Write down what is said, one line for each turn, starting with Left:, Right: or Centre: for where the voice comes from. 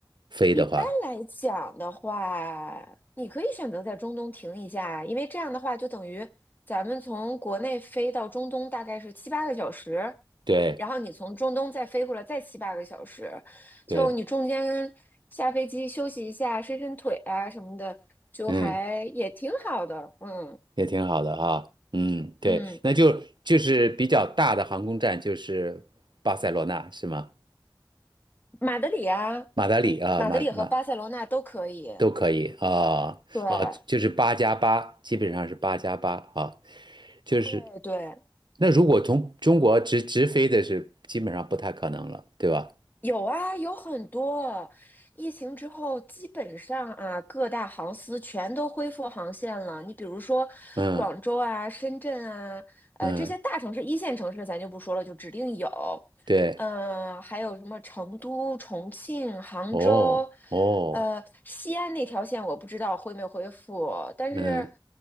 Right: 飞的话，
Left: 一般来讲的话，你可以选择在中东停一下，因为这样的话就等于咱们从国内飞到中东大概是七八个小时，
Right: 对
Left: 然后你从中东再飞过来再七八个小时，
Right: 对，
Left: 就你中间下飞机休息一下，伸伸腿啊什么的，就还也挺好的。
Right: 嗯。
Left: 嗯
Right: 也挺好的哈，嗯，对，
Left: 嗯，
Right: 那就就是比较大的航空站就是巴塞罗那是吗？
Left: 马德里啊，
Right: 马德里啊，
Left: 马德里和巴塞罗那都可以。
Right: 马马都可以啊啊，
Left: 对
Right: 就是八加八，基本上是八加八啊，就是
Left: 哎对。
Right: 那如果从中国直直飞的是基本上不太可能了，对吧？
Left: 有啊，有很多。疫情之后，基本上啊，各大航司全都恢复航线了。你比如说，
Right: 嗯
Left: 广州啊、深圳啊，呃，
Right: 嗯，
Left: 这些大城市、一线城市咱就不说了，就指定有。
Right: 对，
Left: 呃，还有什么成都、重庆、杭州，
Right: 哦哦，
Left: 呃，西安那条线我不知道恢没恢复，但是
Right: 嗯，